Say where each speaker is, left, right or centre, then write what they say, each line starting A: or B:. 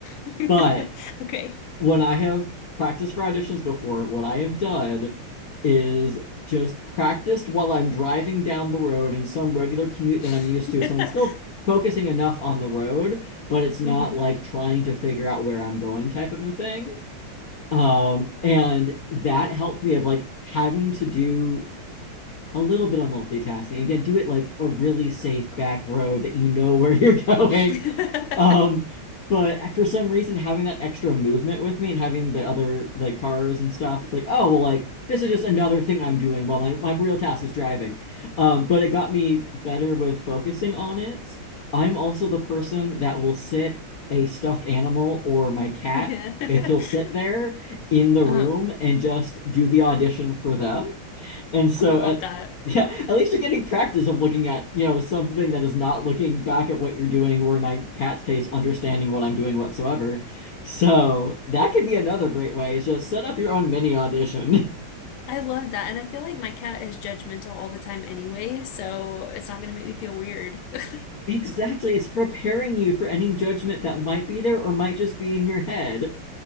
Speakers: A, on the left (about 80°); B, on the left (about 50°).
A: <laughs>
B: But
A: Okay.
B: when I have practiced for auditions before, what I have done is just practiced while I'm driving down the road in some regular commute
A: <laughs>
B: that I'm used to. So I'm still focusing enough on the road, but it's not
A: hmm
B: like trying to figure out where I'm going type of a thing. Um, and that helped me of like having to do a little bit of multitasking. Again, do it like a really safe back road that you know where <laughs> you're going.
A: <laughs>
B: Um, but for some reason, having that extra movement with me and having the other like cars and stuff, it's like, oh, well, like this is just another thing I'm doing while my, my real task is driving. Um, but it got me better with focusing on it. I'm also the person that will sit a stuffed animal or my cat
A: Yeah.
B: if he'll sit
A: <laughs>
B: there in the room
A: Uh-huh. Oh,
B: and just do the audition for them and so
A: I love
B: at
A: that.
B: <laughs> yeah, at least you're getting practice of looking at, you know, something that is not looking back at what you're doing, or in my cat's case, understanding what I'm doing whatsoever. So that could be another great way is just set up your own mini audition. <laughs>
A: I love that. And I feel like my cat is judgmental all the time anyway, so it's not gonna make me feel weird. <laughs>
B: Exactly. It's preparing you for any judgment that might be there or might just be in your head.